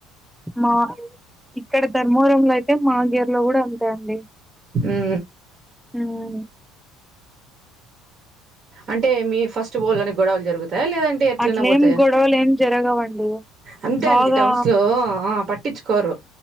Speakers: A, in the centre; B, on the right.
A: మా ఇక్కడ ధర్మవరం లో అయితే మాగిర్లో కూడా అంతే అండి
B: ఉ
A: ఉ
B: అంటే మీ ఫస్ట్ బోల్ల నే గొడవలు జరుగుతాయా లేదంటే ఎట్లనే
A: అట్లేం
B: పోతాయ
A: గొడవలు ఏం జరగవండి
B: అంతే
A: బాగా
B: అండి టౌన్సులో ఆ పట్టించు కోరు